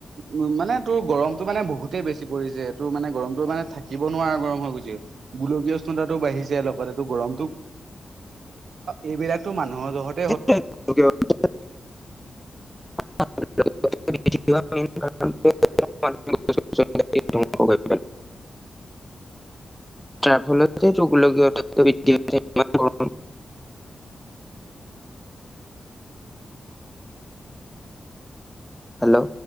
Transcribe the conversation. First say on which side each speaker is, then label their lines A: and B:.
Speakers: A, on the right; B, in the centre.
A: উম, মানে তোৰ গৰমটো মানে বহুতেই বেছি পৰিছে তোৰ মানে গৰমটো মানে থাকিব নোৱাৰা গৰম হৈ গৈছে। গোলকীয় উষ্ণতাটো বাঢ়িছে লগতেটো গৰম এইবিলাকতো মানুহৰ জহত
B: <inaudible> <inaudible> <inaudible> তাৰ ফলতেটো গোলকীয় উত্তাপটো বৃদ্ধি হৈছে। ইমান গৰম হেল্ল'।